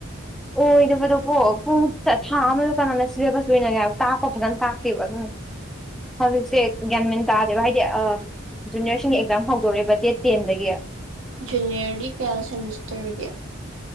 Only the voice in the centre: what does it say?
ꯑꯣꯏꯗꯕꯗꯣ ꯄꯣ ꯄꯨꯡ ꯊꯥ ꯑꯃꯗꯣ ꯀꯅꯥꯅ ꯁꯤꯂꯦꯕꯁ ꯂ ꯑꯣꯏꯅꯒꯦ ꯍꯥꯏꯕ ꯀ ꯐꯖꯅ ꯇꯥꯛꯇꯦꯕ ꯑꯗꯨꯝ ꯍꯧꯖꯤꯛꯁꯦ ꯒ꯭ꯌꯥꯟꯃꯤꯟ ꯇꯥꯗꯦꯕ ꯍꯥꯏꯗꯤ ꯖꯨꯅꯤꯔ ꯁꯤꯡ ꯑꯦꯛꯖꯥꯝ ꯍꯧꯗꯣꯔꯦꯕ ꯗꯦꯠ ꯇꯦꯟꯗꯒꯤ